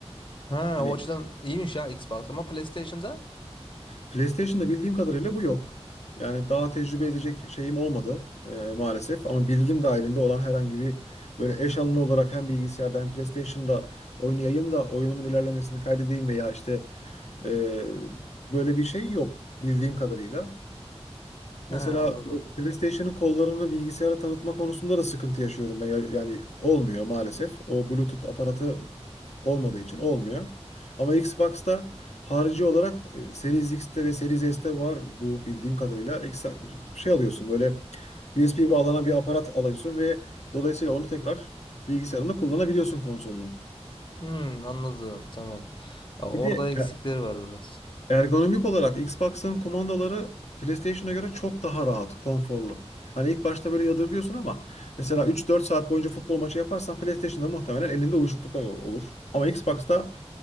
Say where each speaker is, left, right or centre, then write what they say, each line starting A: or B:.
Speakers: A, on the left; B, on the left.
A: Ha
B: Hani
A: o açıdan iyiymiş ya Xbox ama PlayStation'da?
B: PlayStation'da bildiğim kadarıyla bu yok. Yani daha tecrübe edecek şeyim olmadı e, maalesef. Ama bilgim dahilinde olan herhangi bir böyle eş anlı olarak hem bilgisayarda hem PlayStation'da oynayayım da oyunumun ilerlemesini kaydedeyim veya işte e, böyle bir şey yok bildiğim kadarıyla.
A: Ha
B: Mesela
A: anladım.
B: bu PlayStation'ın kollarını bilgisayara tanıtma konusunda da sıkıntı yaşıyorum ben. Ya- Yani olmuyor maalesef. O Bluetooth aparatı olmadığı için olmuyor. Ama Xbox'ta harici olarak e, Series X'te ve Series S'te var bu bildiğim kadarıyla. Ex- Şey alıyorsun böyle USB bağlanan bir aparat alıyorsun ve dolayısıyla onu tekrar bilgisayarında kullanabiliyorsun konsolunu.
A: Hmm, anladım tamam. Ya orada
B: Bir de
A: eksikleri var biraz.
B: Ergonomik olarak Xbox'ın kumandaları PlayStation'a göre çok daha rahat, konforlu. Hani ilk başta böyle yadırgıyorsun ama mesela 3-4 saat boyunca futbol maçı yaparsan PlayStation'da muhtemelen elinde uyuşukluklar ol- olur. Ama Xbox'ta